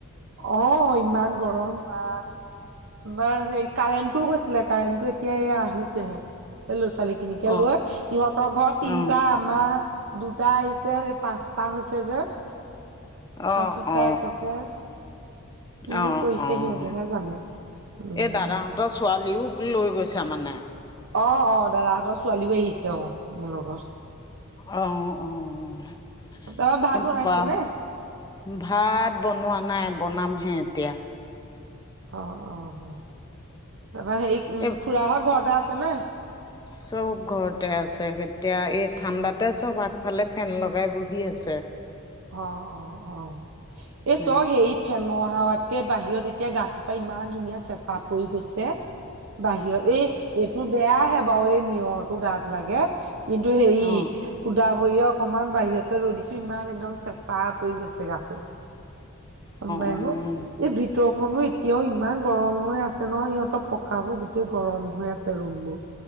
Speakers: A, on the right; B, on the left.
A: অ ইমান গৰম বা। বা হে কাৰেণ্টটোও গৈছিলে কাৰেণ্টটো এতিয়া আহিছেহে। এই ল'ৰা ছোৱালী খিনিকে
B: অ
A: লৈ সিহঁতৰ ঘৰত তিনিটা
B: অ
A: আমা দুটা আহিছে পাঁচটা হৈছে যে।
B: অ
A: পাঁচোটা
B: অ
A: একেবাৰে কিনো
B: অ',
A: কৰিছে
B: অ',
A: সিহঁতেহে জানে উম
B: এই দাদাহঁতৰ ছোৱালীও লৈ গৈছে মানে।
A: অ অ দাদাহঁতৰ ছোৱালীও আহিছে অ মোৰ লগত।
B: অ অ <unintelligible>
A: তাৰপৰা ভাত বনাইছে নে
B: ভাত বনোৱা নাই বনাম হে এতিয়া।
A: অ অ অ তাৰপৰা হেৰি
B: এই
A: খুৰাহত ঘৰতে আছে নে?
B: চব ঘৰতে আছে। এতিয়া এই ঠাণ্ডাতে চব আগফালে ফেন লগাই বহি আছে।
A: অ অ অ এই
B: অ অ
A: চব হেৰি ফেনৰ হাৱাতকে বাহিৰত এতিয়া গাটোৰপা ইমান ধুনীয়া চেঁচা পৰি গৈছে। বাহিৰত এই এইটো বেয়াহে বাৰু এই নিয়ৰটো গাত লাগে। কিন্তু হেৰি
B: অ
A: সুধা ভৰিয়ে অকমান বাহিৰতে ৰৈ দিছো। ইমান একদম চেচা পৰি গৈছে গাটো। <unintelligible> <unintelligible>
B: উম
A: এতিয়াতো ইমান গৰম হৈ আছে নহয় সিহঁতৰ পকাবোৰ গোটেই গৰম হৈ আছে ৰুম বোৰ।